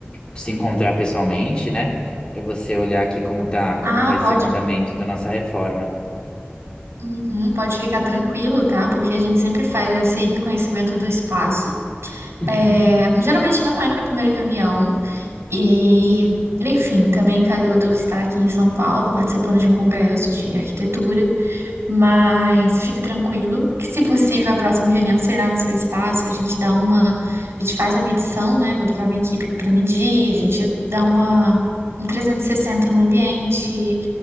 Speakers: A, on the left; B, on the right.
A: se encontrar pessoalmente, né? Para você olhar aqui como tá, como
B: Ah,
A: vai ser
B: pode,
A: o andamento da nossa reforma.
B: Uhum, pode ficar tranquilo, tá? Porque a gente sempre faz esse reconhecimento do espaço.
A: Uhum,
B: É, geralmente não é na primeira reunião. E, enfim, também calhou de eu estar aqui em São Paulo participando de um congresso de arquitetura. Mas fique tranquilo, que se possível a próxima reunião será no seu espaço. A gente dá uma, a gente faz a medição, né? Vou levar minha equipe para medir, a gente dá uma um 360 no ambiente,